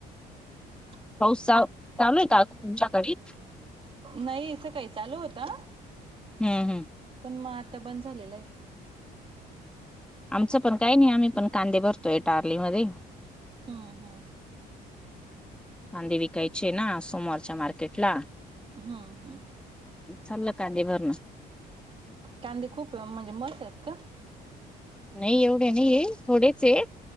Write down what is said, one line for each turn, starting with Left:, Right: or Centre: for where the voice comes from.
Right: <inaudible>
Centre: पाऊसाव चालूयं का तुमच्याकडी?
Right: नायी सकाळी चालू होता.
Centre: हुं, हुं.
Right: पण मी आता बंद झालेलाय.
Centre: आमचं पण कायी नायी आम्ही पण कांदे भरतोय टारली मध्ये.
Right: हुं हुं.
Centre: कांदे विकायचे नां सोमवारच्या मार्केटला.
Right: हुं हुं.
Centre: चालय कांदे भरणं.
Right: कांदे खूप ला म्हणजे मसयेतकि
Centre: नायी एवढे नाहीयैं हे थोडेचहे